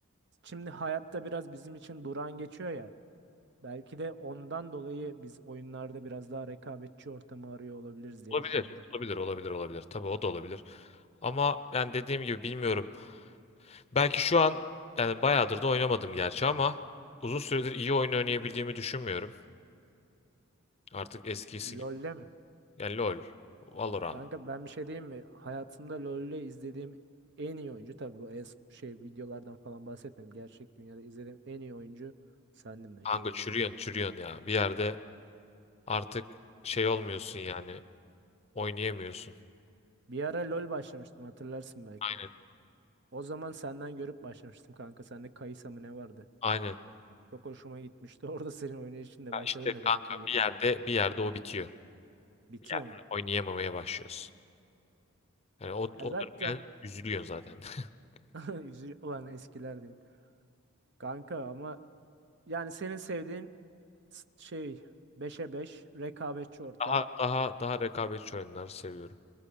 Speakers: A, on the right; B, on the left.
A: şimdi hayatta biraz bizim için durağan geçiyor ya. Belki de ondan dolayı biz oyunlarda biraz daha rekabetçi ortamı arıyor olabiliriz diye
B: Olabilir.
A: düşünüyorum.
B: Olabilir, olabilir, olabilir. Tabii o da olabilir. Ama yani dediğim gibi bilmiyorum. Belki şu an yani bayağıdır da oynamadım gerçi ama uzun süredir iyi oyun oynayabildiğimi düşünmüyorum. Artık eskisi
A: LoL'le
B: gibi.
A: mi?
B: Yani LoL, Valorant.
A: Kanka ben bir şey diyeyim mi? Hayatımda LoL'le izlediğim en iyi oyuncu tabii bu es şey videolardan falan bahsetmiyorum. Gerçek dünyada izlediğim en iyi oyuncu sendin be
B: Kanka
A: kanka.
B: çürüyorsun çürüyorsun ya. Bir yerde artık şey olmuyorsun yani. Oynayamıyorsun.
A: Bir ara LoL başlamıştım hatırlarsın belki.
B: Aynen.
A: O zaman senden görüp başlamıştım kanka. Sende Kai'Sa mı ne vardı?
B: Aynen.
A: Çok hoşuma gitmişti. <laughs> Orada senin oynayışınla
B: Ya
A: başladım
B: işte
A: da
B: kanka
A: kanka. Yani
B: bir yerde bir yerde o bitiyor.
A: bitiyor
B: Bir yerde
A: mu?
B: oynayamamaya başlıyorsun. Yani o,
A: Ya
B: o
A: zaten
B: dönemde üzülüyorsun zaten. <laughs>
A: <laughs> yüzü olan eskiler diyeyim. Kanka ama yani senin sevdiğin s- şey beşe 5 rekabetçi ortam.
B: Daha daha daha rekabetçi oyunları seviyorum.